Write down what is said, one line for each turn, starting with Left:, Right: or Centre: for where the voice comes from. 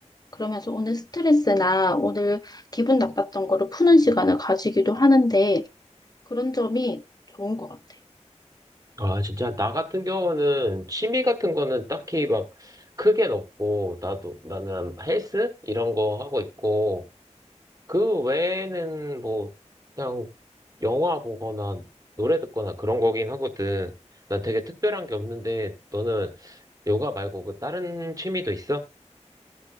Left: 그러면서 오늘 스트레스나 오늘 기분 나빴던 거를 푸는 시간을 가지기도 하는데, 그런 점이 좋은 것 같아.
Right: 아, 진짜. 나 같은 경우는 취미 같은 거는 딱히 막 크게는 없고, 나도, 나는 헬스? 이런 거 하고 있고, 그 외에는 뭐, 그냥 영화 보거나 노래 듣거나 그런 거긴 하거든. 난 되게 특별한 게 없는데, 너는 요가 말고 그 다른 취미도 있어?